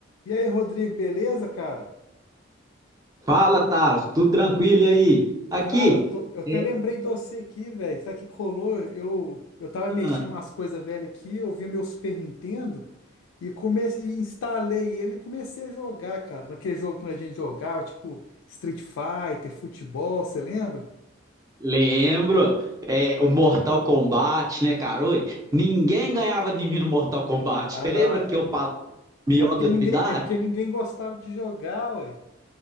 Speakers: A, on the left (about 85°); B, on the right (about 20°).
A: E aí, Rodrigo, beleza, cara?
B: Fala, Thales, tudo tranquilo e aí? Aqui,
A: Cara, eu, tô- eu até
B: é,
A: lembrei de você aqui, velho. Sabe o que que rolou? Eu, eu tava
B: ah,
A: mexendo umas coisas velhas aqui, eu vi o meu Super Nintendo e comecei, e instalei ele e comecei a jogar, cara. Naquele jogo que a gente jogava, tipo Street Fighter, futebol, você lembra?
B: lembro, é, o Mortal Kombat, né, cara? Oi, ninguém ganhava de mim no Mortal Kombat.
A: Ah,
B: Você
A: não,
B: lembra
A: é,
B: que eu falava mió
A: é porque
B: da
A: ninguém,
B: cidade?
A: é porque ninguém gostava de jogar, ué.